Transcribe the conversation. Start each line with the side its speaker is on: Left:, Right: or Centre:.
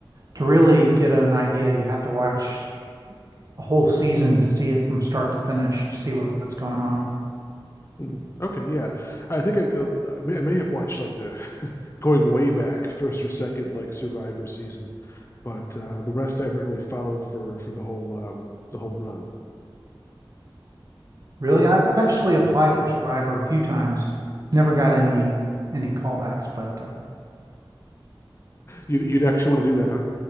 Right: to really get an idea, you have to watch a whole season to see it from start to finish to see what, what's going on.
Left: Mm, Okay, yeah. I think I, uh, I may, I may have watched like the <laughs> going way back first or second like Survivor season, but uh, the rest I haven't really followed for for the whole um, the whole run.
Right: Really? I, I've actually applied for Survivor a few times. Never got any any callbacks, but uh,
Left: You, you'd actually want to do that, huh?